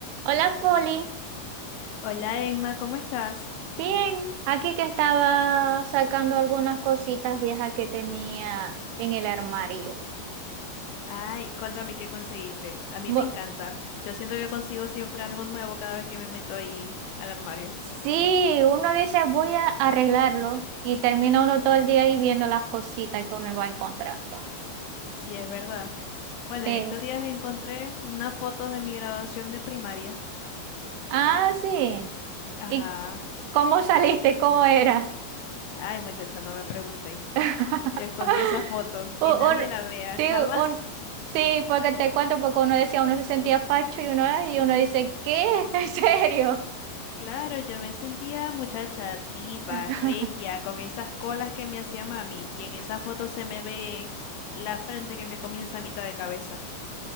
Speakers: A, on the right (about 85°); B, on the left (about 80°).
A: Hola, Folly.
B: Hola Emma, ¿cómo estás?
A: Bien, aquí que estaba sacando algunas cositas viejas que tenía en el armario.
B: Ay, cuéntame qué conseguiste. A mí
A: Bu-
B: me encanta. Yo siento que consigo siempre algo nuevo cada vez que me meto ahí al armario.
A: sí, uno dice voy a arreglarlo y termina uno todo el día ahí viendo las cositas que uno va encontrando.
B: Sí, es verdad. Bueno,
A: Eh,
B: en estos días encontré unas fotos de mi graduación de primaria.
A: ah, sí.
B: Ajá.
A: ¿Y cómo saliste? ¿Cómo era?
B: Ay, muchacha, no me pregunté.
A: <laughs>
B: Yo escondí esa foto,
A: Un-
B: que nadie
A: un-
B: la vea,
A: sí,
B: <laughs> jamás.
A: un- sí, porque te cuento, porque uno decía, uno se sentía facho y uno, y uno dice, ¿qué? <laughs> ¿En serio?
B: Claro, yo me sentía muchacha diva,
A: <laughs>
B: regia, con esas colas que me hacía mami, y en esa foto se me ve la frente que me comienza a mitad de cabeza.